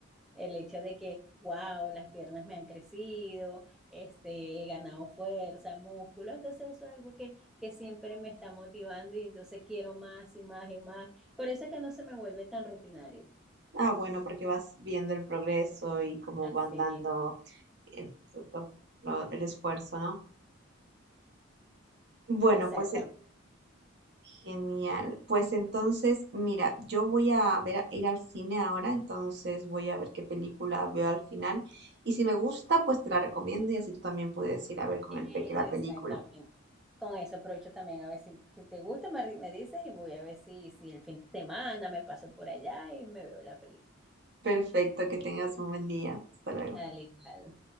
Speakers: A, in the centre; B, on the right (about 55°).
A: el hecho de que, wow, las piernas me han crecido, este, he ganado fuerza, músculo, entonces eso es algo que, que siempre me está motivando y entonces quiero más y más y más. Por eso es que no se me vuelve tan rutinario.
B: Ah, bueno, porque vas viendo el progreso y cómo
A: Así
B: van dando
A: mismo.
B: el fruto, lo- el esfuerzo, ¿no? Bueno,
A: Exactamente.
B: pues eh, genial. Pues entonces, mira, yo voy a ver, ir al cine ahora, entonces voy a ver qué película veo al final. Y si me gusta, pues te la recomiendo y así tú también puedes ir a ver con
A: Eh,
B: el peque la película.
A: Exactamente. Con eso aprovecho también a ver si, si te gusta, me, me dices y voy a ver si, si el fin de semana me paso por allá y me veo la película.
B: Perfecto, que tengas un buen día. Hasta luego.
A: Al igual.